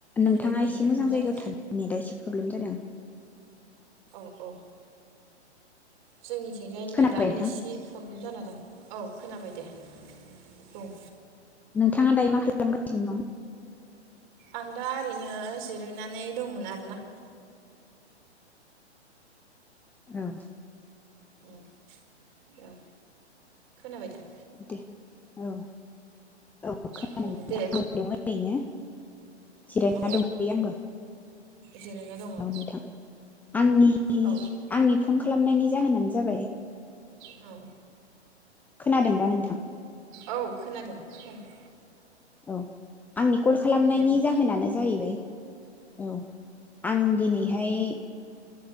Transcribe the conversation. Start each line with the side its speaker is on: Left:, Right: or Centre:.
Centre: नोंथाङा
Right: नेटनि
Centre: एसे
Right: प्रब्लेम
Centre: मोजां
Right: जादों
Centre: जायगायाव थानो नेटआ एसे प्रब्लेम जादों
Right: औ औ जोंनिथिंजाय नेटानो
Centre: खोनाबाय नोंथां
Right: एसे प्रब्लेम जानानै औ खोनाबाय दे बुं
Centre: थाङा दायो मा खालामगासिनो दं
Right: आं दा ओरैनो जिरायनानै दंमोन आरोना
Centre: औ
Right: उम औ खोनाबाय दा
Centre: दे औ औ खोनादों
Right: उम
Centre: नोंथां
Right: दे
Centre: दं ओरैनो जिरायना
Right: औ
Centre: दं आंबो
Right: जिरायना दङ उम
Centre: औ नोंथां आंनि
Right: औ
Centre: आंनि फन खालामनायनि जाहोनानो जा जाबाय
Right: औ
Centre: खोनादों दा नोंथां
Right: औ खोनादों खोनादों
Centre: औ आंनि कल खालामनायनि
Right: दे बुं
Centre: जाहोनानो जाहैबाय औ आं दिनै बेहाय